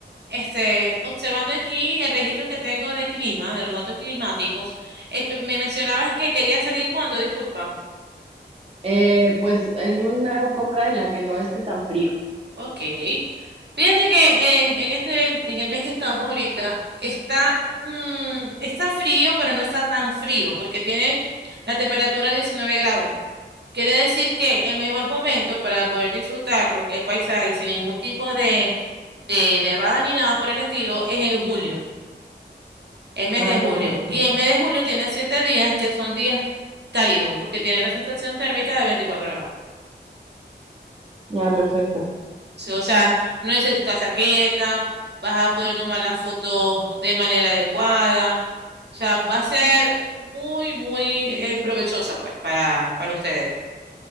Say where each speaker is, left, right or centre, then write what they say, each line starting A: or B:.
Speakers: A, on the right; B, on the right.
A: este, observando aquí el registro que tengo de clima, de los datos climáticos, eh, pe- me mencionabas que quería salir cuando, disculpa.
B: Eh, pues en una época en la que no esté tan frío.
A: Ok. Fíjate que en, en este, en el mes que estamos ahorita, está, mm, está frío, pero no está tan frío, porque tiene la temperatura 19 grados. Quiere decir que el mejor momento para poder disfrutar lo que es paisaje sin ningún tipo de, de nevada ni nada por el estilo es en julio, el mes
B: Ah,
A: de julio.
B: perfecto.
A: Y el mes de julio tiene siete días que son días cálidos, porque tiene la sensación térmica de 24 grados.
B: Ah, perfecto.
A: Sí, o sea, no necesitas saqueta, vas a poder tomar la foto de manera adecuada. O sea, va a ser muy, muy eh, provechosa, pues, para, para ustedes.